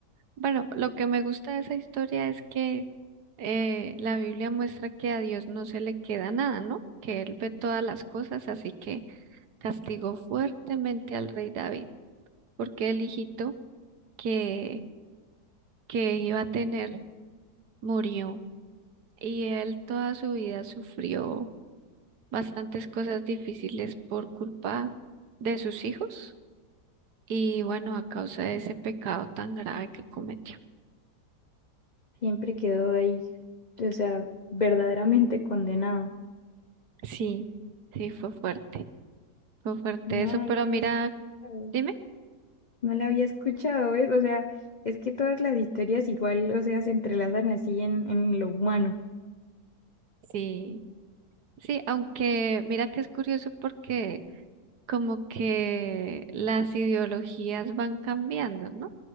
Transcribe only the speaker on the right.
Bueno, lo que me gusta de esa historia es que eh, la Biblia muestra que a Dios no se le queda nada, ¿no? Que Él ve todas las cosas, así que castigó fuertemente al rey David, porque el hijito que, que iba a tener murió y él toda su vida sufrió bastantes cosas difíciles por culpa de sus hijos Y bueno, a causa de ese pecado tan grave que cometió.
Sí, sí, fue fuerte, fue fuerte
eso,
pero
mira,
dime,
sí, sí, aunque mira que es curioso porque como que las ideologías van cambiando, ¿no?